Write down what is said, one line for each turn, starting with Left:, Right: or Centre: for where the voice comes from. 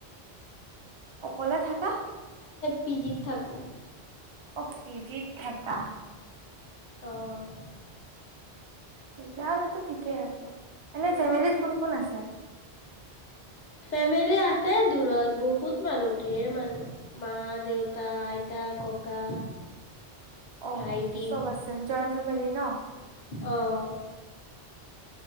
Right: অকলে থাকা‌।
Left: পিজিত থাকোঁ।
Right: অ পিজিত থাকা
Left: আহ
Right: তেতিয়া হলেতো ঠিকেই আছে এনে
Left: উম
Right: ফেমিলীত কোন কোন আছে?
Left: ফেমিলি আছে দূৰত বহুত ত মানুহ ঢেৰ মানুহ মা দেউতা আইতা ককা।
Right: অ
Left: ভাইটি
Right: চব আছে জইণ্ট ফেমিলি ন।
Left: আহ